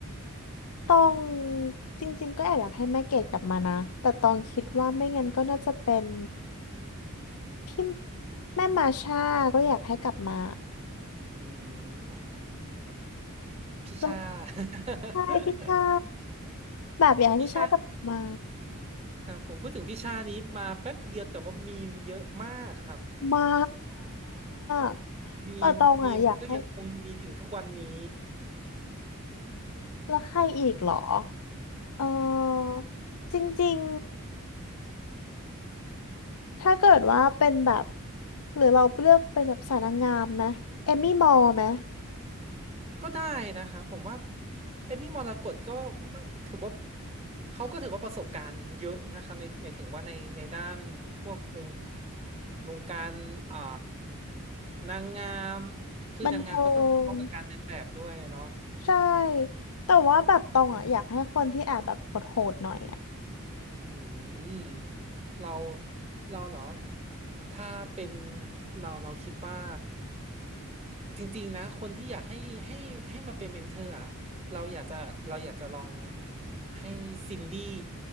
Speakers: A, on the left (about 80°); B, on the right (about 30°).
A: ตองจริงๆก็แอบอยากให้แม่เกดกลับมานะแต่ตองคิดว่าไม่งั้นก็น่าจะเป็นพี่แม่มาช่าก็อยากให้กลับมา
B: อืม พี่ชา
A: แล้ว
B: <laughs>
A: ใช่พี่ช่าแบบอยากให้พี่ช่ากลับมา
B: พี่ชาครับผมพูดถึงพี่ชานี้มาแป๊บเดียวแต่ว่ามีมเยอะมากครับ
A: มาก
B: มีมมีมก็ยังคงมีถึงทุกวันนี้
A: แต่ตองอ่ะอยากให้แล้วใครอีกเหรอ เออจริงๆถ้าเกิดว่าเป็นแบบหรือเราเลือกเป็นแบบสายนางงามไหมเอมมี่มอลไหม
B: ก็ได้นะครับผมว่าเอมมี่มรกตก็ไม่ถือว่าเขาก็ถือว่าประสบการณ์เยอะนะครับในหมายถึงว่าในในด้านพวกวงวงการอ่านางงามคือนางงามก็ต้องพร้อมกับการเดินแบบด้วยอะเนาะ
A: บันเทิงใช่แต่ว่าแบบตองอ่ะอยากให้คนที่แอบแบบโหดๆหน่อยอ่ะ
B: อืมเราเราเหรอถ้าเป็นเราเราคิดว่าจริงๆนะคนที่อยากให้ให้ให้มาเป็นเมนเทอร์อะเราอยากจะเราอยากจะลองให้ซินดี้